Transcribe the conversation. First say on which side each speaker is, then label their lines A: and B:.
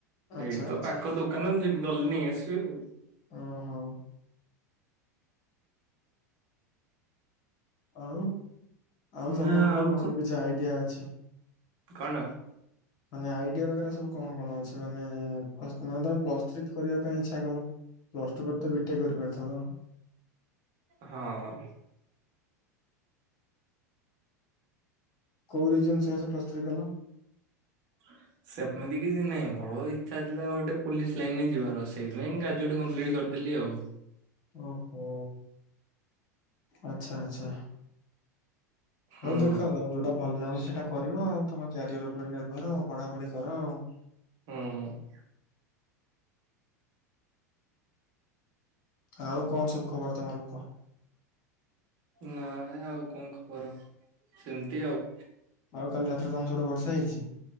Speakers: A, on the left (about 50°); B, on the right (about 55°).
A: ଆଚ୍ଛା
B: ଏଇଠି ତ
A: ଆଚ୍ଛା
B: ପାଖ ଦୋକାନ ଯିବି ଗଲେ ନେଇ ଆସିବି ଆଉ
A: ଓହୋ। ଆଉ ଆଉ ତମର
B: ନା ଆଉ
A: କଣ ସବୁ କିଛି ଆଇଡିଆ ଅଛି?
B: କଣ
A: ମାନେ ଆଇଡିଆ ବଗେରା ସବୁ କଣ କଣ ଅଛି ମାନେ ମାନେ ତମେ ପ୍ଲସ୍ ଥ୍ରୀ କରିବାକୁ? ଇଚ୍ଛା କଲ ପ୍ଲସ୍ ଟୁ ପରେ ତ ବିଟେକ୍ କରିପାରିଥାନ୍ତ।
B: ହଁ।
A: କୋଉ ରିଜନ ସକାସେ ପ୍ଲସ୍ ଥ୍ରୀ କଲ?
B: ହ ସେମିତି କିଛି ନାହିଁ ମୋର ଇଚ୍ଛାଥିଲା ଗୋଟେ ପୋଲିସ ଲାଇନରେ ଯିବାର ସେଇଥିପାଇଁ ଗ୍ରାଜୁଏଟ କମ୍ପ୍ଲିଟ୍ କରିଦେଲି ଆଉ।
A: ଓହୋ ଆଚ୍ଛା ଆଛା।
B: ହୁଁ
A: ହଉ ଦେଖ ତମ ଯୋଉଟା ଭଲ ଲାଗୁଛି ସେଇଟା କରିବ ଆଉ ତମ କ୍ୟାରିଅର ଉପରେ ନିର୍ଭର ପଢାପଢି। କର ଆଉ।
B: ହୁଁ।
A: ଆଉ କଣ ସବୁ ଖବର ତମର କୁହ?
B: ନାଇଁ ଆଉ କଣ ଖବର ସେମିତି ଆଉ
A: ଆଉ କାଲି ରାତିରେ ତମର ସିଆଡ଼େ ବର୍ଷା ହେଇଛି।